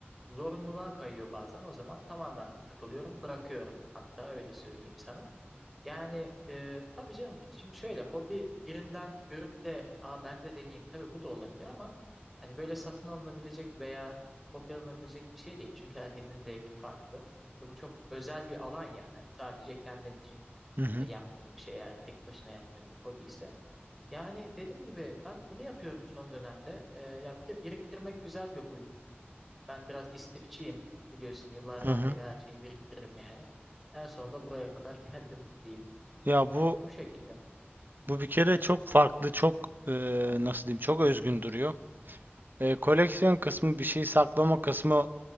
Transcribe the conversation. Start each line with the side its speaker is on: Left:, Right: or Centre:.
Centre: zorunluluğa kayıyor bazen. O zaman tamamen sıkılıyorum, bırakıyorum. Hatta öyle söyleyeyim sana. Yani e, tabii canım şimdi şöyle hobi birinden görüp de aa ben de deneyeyim. Tabii bu da olabilir ama hani böyle satın alınabilecek veya kopyalanabilecek bir şey değil. Çünkü herkesin zevki farklı. Ve bu çok özel bir alan ya. Hani sadece kendin için
Right: Hı hı.
Centre: e, yaptığın bir şey eğer tek başına yaptığın bir hobi ise. Yani dediğim gibi ben bunu yapıyorum son dönemde. E, ya bir de biriktirmek güzel bir huy. Ben biraz istifçiyim. Biliyorsun yıllardan
Right: Hı hı.
Centre: beri her şeyi biriktiririm yani. En sonunda buraya kadar <laughs> geldim diyeyim.
Right: Ya bu
Centre: E, o şekilde.
Right: Bu bir kere çok farklı, çok e, nasıl diyeyim, çok özgün duruyor. E, koleksiyon kısmı, bir şey saklama kısmı